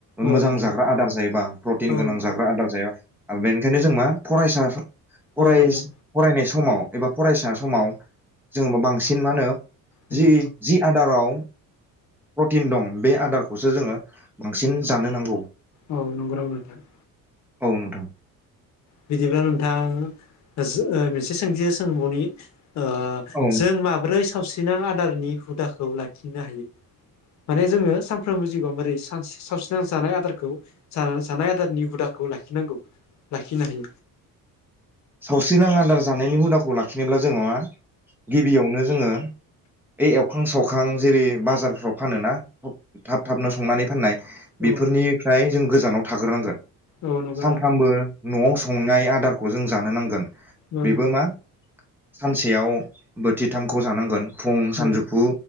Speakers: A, on the left (about 50°); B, in the centre.
A: औ
B: मोजां
A: नोंथां
B: जाग्रा आदार जायोबा प्रटिन
A: औ
B: गोनां
A: नोंथां
B: जाग्रा आदार जाया ओ बेनिखायनो जों मा फरायसा फरायस
A: औ नोंथां
B: फरायनाय समाव एबा फरायसा समाव जों <unintelligible> बा बांसिन मा होनो
A: उम
B: जि जि आदाराव प्रटिन दं बे आदारखौसो जोङो बांसिन जानो नांगौ
A: औ नंगौ नामा नोंथां?
B: औ नोंथां
A: बिदिब्ला नोंथां <unintelligible> जु ओ बिसे सोंथि सोंबावनि ओ
B: औ
A: जों माब्रै सावसि नां आदारनि हुदाखौ लाखिनो हायो माने जोङो सानफ्रोमबो जिउआव मोरै सा सावस्रिनां जानाय आदारखौ जा जानाय आदारनि हुदाखौ लाखिनांगौ। लाखि नानै
B: सावस्रि नां आदार जानायनि हुदाखौ लाखिनोब्ला जोङो मा गिबियावनो जोङो ओ एवखां सावखां जेरै बाजारफ्राव फानोना थाब थाबनो संनानै फाननाय। बेफोरनिफ्राय
A: औ
B: जों गोजानाव थाग्रोनांगोन
A: औ नंगौ
B: सानफ्रामबो
A: नोंथां
B: न'आव स संनाय आदारखौ जों जानो नांगोन
A: ओम
B: बेबो मा सानसेयाव बोथिथामखौ जानांगोन। फुं सानजौफु
A: औ